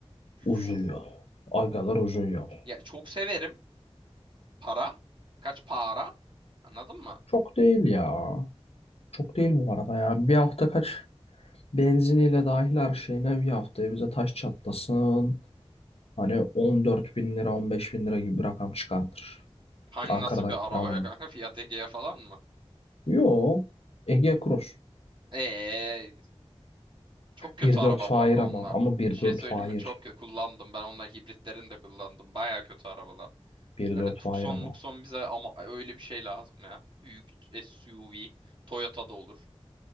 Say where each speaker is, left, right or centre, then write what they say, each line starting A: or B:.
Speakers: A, on the left; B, on the right.
A: Uzun
B: yuh.
A: yol. Agalar uzun yol.
B: Ya çok severim. Para. Kaç para? Anladın mı?
A: Çok değil ya. Çok değil bu arada ya. Bir hafta kaç benziniyle dahil her şeyine bir haftaya bize taş çatlasın. Hani on dört bin lira on beş bin lira gibi bir rakam çıkartır.
B: Hani
A: Ankara'dan
B: nasıl bir arabaya
A: kiralamak.
B: kanka? Fiat Egea falan mı?
A: Yo. Ege Cross.
B: Eee Çok kötü
A: bir
B: araba
A: dört fair
B: bu arada
A: ama.
B: onlar.
A: Ama bir
B: Bir şey
A: dört
B: söyleyeyim
A: fair.
B: mi? Çok kötü kullandım. Ben onların hibritlerini de kullandım. Baya kötü arabalar.
A: bir
B: Böyle
A: dört
B: Tucson,
A: hayır ama.
B: Muxon bize ama öyle bir şey lazım ya. Büyük SUV. Toyota'da olur.